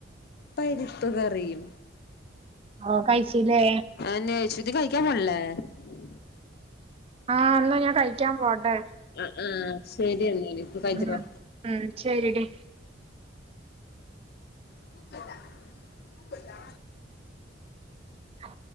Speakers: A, on the left; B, on the right.
A: പരുപ്പ്ക്കറിയും
B: ഓ കഴിച്ചില്ലേ
A: അ യശുതി കായിക്ക മല <unintelligible>
B: ആഹ ഒന്നാ ഞാൻ കഴിക്കാൻ പോട്ടെ
A: ആ ശരിയെന്നാ കഴരുവാ
B: ഉം ഉം ശരിടി
A: കൂപ്പത കൂപ്പത
B: ആ